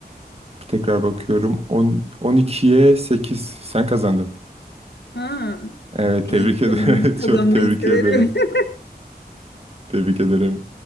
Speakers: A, on the right (about 35°); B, on the left (about 85°).
A: tekrar bakıyorum. 10, 12'ye 8. Sen kazandın.
B: Ha,
A: Evet
B: iyi
A: tebrik ederim.
B: sevindim.
A: <laughs>
B: Kazanmayı
A: Çok tebrik
B: severim.
A: ederim.
B: <laughs>
A: Tebrik ederim.